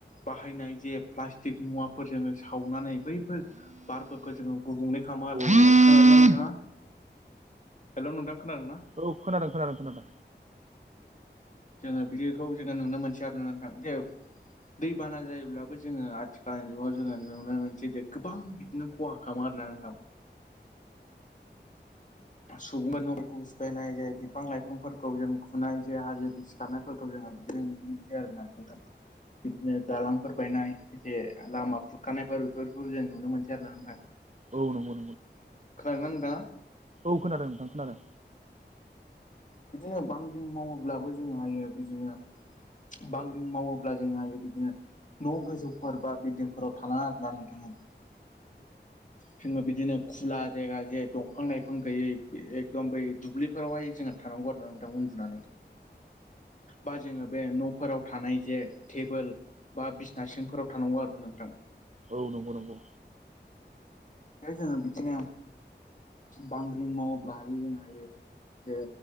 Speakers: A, on the left (about 40°); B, on the right (about 40°).
A: बाहायनाय जे प्लास्टिक मुवाफोर जोङो सावनानै बैफोर बार फोरखौ जोङो गुबुंले खामो आरोना
B: औ
A: नोंथां खोनादों ना नोंथाङा हेलौ नोंथां खोनादों ना
B: औ खोनादों खोनादों खोनादों
A: जोङो बिदिखौ जोङो नुनो मोनसै आरो ना नोंथां जे दैबाना जायोब्लाबो जोङो आथिखालनि जुगाव जोङो नुनो मोनो जे गोबां बिदिनो खहा खालामो आरो ना नोंथां सुबुंफोरा नफोरखौ सिफायनाय जे बिफां लाइफांफोरखौ जों गुनाय जे हाजो गिसिखारनायफोरखौ जों। आ बिदिनो मोनसे मोनसे आरो ना नोंथां। बिदिनो दालांफोर बायनाय जे लामा खुरखानायफोर बेफोरखौ जों नुनो मोनसै आरोना नोंथां।
B: औ नंगौ।
A: खोनादोंना नोंथांआ।
B: खोनादों नोंथां खोनादों।
A: बिदिनो बांग्रिं मावोब्लाबो जोंङो हायो बिदिनो। बांग्रिं मावोब्ला जों हायो बिदिनो। न गोजौफोर बा बिल्डिंफोराव थानाङा आरो नोंथांमोन। जोंङो बिदिनो खुला। जायगा जे दंफां लाइफां गैयै एकदम बै दुब्लिफोरावहाय जोंहा थानांगौ आरो ना। उन्दुनानै बा जोंङो बे नफोराव। थानाय जे टेबोल बा बिसिनासिंफोराव थानांगौ आरो ना नोंथां।
B: औ नंगौ नंगौ।
A: बे जोंङो बिदिनो। बांग्रिं मावोब्ला <inaudible> हायो। जे